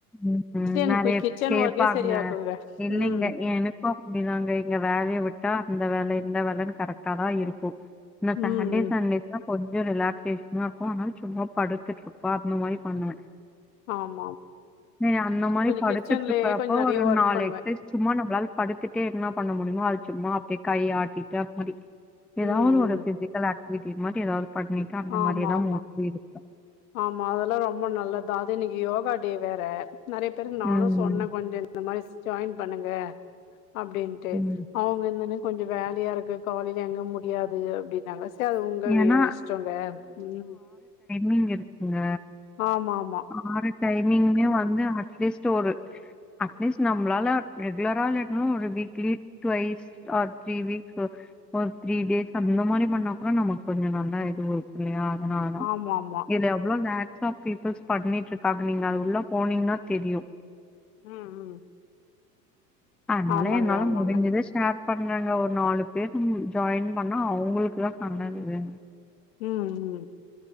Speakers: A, in the centre; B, on the left (about 60°).
A: ம் ம்
B: எனக்கு
A: நிறைய
B: கிச்சன்
A: பேர் கேட்பாங்க
B: ஒர்க்கே சரியாகுங்க
A: இல்லைங்க
B: ம்
A: எனக்கு அப்டிதாங்க இங்க வேல இத விட்டா அந்த வேல இந்த வேலன்னு கரெக்ட்டா தா இருக்கு நா சாட்டர்டே
B: ம் ம்
A: சண்டேஸ் தா கொஞ்சோ ரிலாக்சேஷனா இருக்கு ஆனால சும்மா படுத்துட்டு இருப்பே அந்த மாதிரி பண்ணுவே
B: ஆம்
A: நீ அந்த மாரி படுத்துட்டு
B: கிச்சன்லயே
A: இருக்கிறப்ப
B: கொஞ்சோ நெறைய
A: ஒரு
B: ஒர்க்
A: நாலு
B: பண்ணுவே
A: எக்ஸசைஸ் சும்மா நம்மளால படுத்துட்டே என்ன பண்ண முடியுமோ அது சும்மா அப்டி கை ஆட்டிட்டு அப்டி இத எல்லா
B: ம் ம்
A: ஒரு பிசிக்கல் ஆட் இன்னிக்கு இது மாதிரி ஏதாது பண்ணிட்டு அந்த
B: ஆமா
A: மாரிதா
B: ஆமா
A: <unintelligible> இருக்கு
B: ஆமா அதெல்லா ரொம்ப நல்ல தா அது நிகியோ போகாடே வேற நெறைய பேருக்கு
A: ம்
B: நானு சொன்னே கொஞ்ச இந்த மாரிஸ் ஜாயின் பண்ணுங்க அப்டின்ட்டு
A: ம்
B: அவுங்க இன்னன் கொஞ்ச வேலையா இருக்கு காலையிலே அங்க முடியாது அப்டின்னாங்கஸ் த்தா அது உங்க
A: ஏன்னா
B: வே இஷ்டங்க ம்
A: நீங்க இருக்குங்க
B: ஆமா ஆம்
A: ஆறு டைமிங்மே வாங்க இது அட்லிஸ்ட்டு ஒரு அட்லிஸ்ட் நம்மளால ரெகுலரா இல்லட்ன ஒரு weekly twice or three week ஃப த்ரீ கேட் அந்த மாரி பட நமக்கு கொஞ்ச நல்லா இது இருக்கு இல்லியா அதனாலோ
B: ஆமா ஆமா
A: இதுல எவ்ளோ நாக் அப்டிப்பி பஸ் பண்ணிட்டு இருக்காங்க நீங்க அது உள்ள போனீங்கன்னா தெரியு
B: ம் ம்
A: அதனால
B: ஆமாங்க
A: என்னால
B: ஆமாங்க
A: முடிஞ்சத சேர் பண்ணாங்க ஒரு நாலு பேரு ஜாயின் பண்ணா அவங்களுக்குதா நல்லது
B: ம் ம்